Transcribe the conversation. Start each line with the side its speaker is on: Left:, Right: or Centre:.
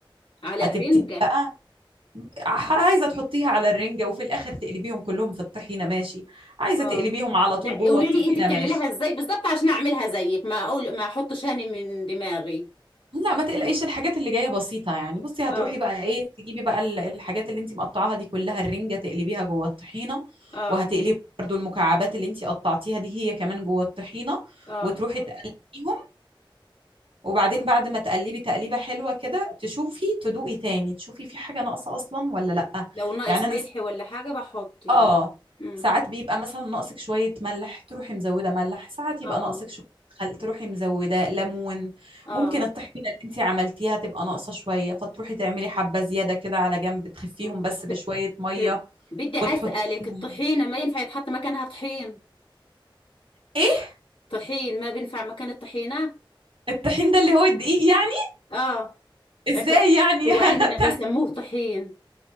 Left: على
Right: هتبتدي
Left: الرنجة
Right: بقى ح- عايزه تحطيها على الرنجه وفي الاخر تقلبيهم كلهم في الطحينه ماشي عايزه
Left: اه
Right: تقلبيهم على
Left: لا
Right: طول جوه
Left: قولي
Right: الطحينه
Left: لي انت بتعمليها
Right: ماشي
Left: ازاي بالظبط عشان اعملها زيك ما اقول ما احطش هاني من دماغي
Right: لا ما تقلقيش الحاجات اللي جايه بسيطه يعني بصي هتروحي
Left: اه
Right: بقى ايه تجيبي بقى ال- الحاجات اللي انت مقطعاها دي كلها الرنجه تقلبيها جوه الطحينه
Left: اه
Right: وهتقلبي برضو المكعبات اللي انت قطعتيها دي هي كمان جوه الطحينه
Left: اه
Right: وتروحي تقلبيهم وبعدين بعد ما تقلبي تقليبه حلوه كده تشوفي تدوقي تاني تشوفي في حاجه ناقصه اصلا ولا لا
Left: لو ناقص
Right: يعني انا
Left: ملح ولا حاجة بحط يعني
Right: اه
Left: مم.
Right: ساعات بيبقى مثلا ناقصك شوية ملح تروحي مزودة ملح ساعات يبقى
Left: اه
Right: ناقصك شوية خل تروحي مزودة ليمون
Left: اه
Right: ممكن الطحينة اللي انتي عملتيها تبقى ناقصة شوية فتروحي تعملي حبة زيادة كده على جنب تخفيهم
Left: آه.
Right: بس
Left: ب-
Right: بشوية مية
Left: هب. بدي اسألك
Right: وتحطيهم
Left: الطحينة ما ينفع يتحط مكانها طحين
Right: ايه
Left: طحين ما بينفع مكان الطحينة
Right: الطحين ده اللي هو الدقيق يعني
Left: اه <laughs>
Right: ازاي
Left: إيه،
Right: يعني
Left: هو
Right: <laughs> هت-
Left: عندنا بيسموه طحين